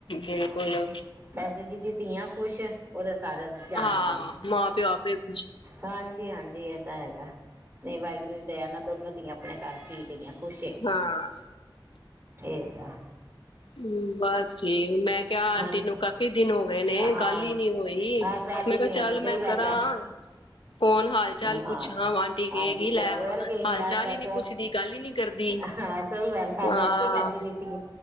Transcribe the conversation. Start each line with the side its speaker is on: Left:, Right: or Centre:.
Left: ਬਿਲਕੁਲ
Right: ਹਾਂ, ਬਸ ਜਿਦੀ ਧੀਆਂ ਖੁਸ਼ ਉਹਦੇ ਸਾਰਾ ਜਾਣ
Left: ਹਾਂ
Right: ਖੁਛ,
Left: ਮਾਂ ਪਿਓ ਆਪੇ ਖੁਸ਼
Right: ਹਾਂਜੀ-ਹਾਂਜੀ। ਇਹ ਹੈਗਾ ਨਹੀਂ ਵਾਹਿਗੁਰੂ ਦਇ ਨਾ ਦੋਨੋ ਦੀਆਂ ਆਪ ਆਪਣੇ ਘਰ ਠੀਕ ਹੈਗਿਆਂ, ਖੁਸ਼ ਹੈਗੀਆਂ
Left: ਹਾਂ
Right: ਇਹ ਹੈਗਾ।
Left: ਹੂੰ, ਬਸ। ਠੀਕ, ਮੈਂ ਕਿਹਾ ਆਂਟੀ
Right: ਹਾਂਜੀ
Left: ਨੂੰ ਕਾਫੀ ਦਿਨ ਹੋ ਗਏ ਨੇ
Right: ਹਾਂ
Left: ਗੱਲ ਹੀ ਨੀ ਹੋਈ
Right: ਹਾਂ ਗੱਲ
Left: ਮੈਂ
Right: ਹੀ
Left: ਕਿਹਾ
Right: ਨਹੀਂ
Left: ਚੱਲ
Right: ਹੋਈ ਸਹੀ
Left: ਮੈਂ
Right: ਗੱਲ
Left: ਕਰਾਂ।
Right: ਹੈ
Left: ਫੋਨ ਹਾਲ-ਚਾਲ
Right: ਹਾਂ
Left: ਪੁੱਛਾ ਆਾਂਟੀ ਕੇਹਗੀ
Right: ਹਾਂਜੀ
Left: ਲੈ
Right: ਹੋਰ ਕੀ ਹੁੰਦਾ
Left: ਹਾਲ-ਚਾਲ ਹੀ ਨੀ
Right: ਫੋਨ
Left: ਪੁੱਛਦੀ। ਗੱਲ ਹੀ ਨਹੀਂ ਕਰਦੀ
Right: ਹਾਂ ਸਹੀ ਗੱਲ ਹੈ
Left: ਹਾਂ।
Right: ਮੈਂ ਅੱਗੇ ਕਹਿੰਦੀ ਪਈ ਸੀਗੀ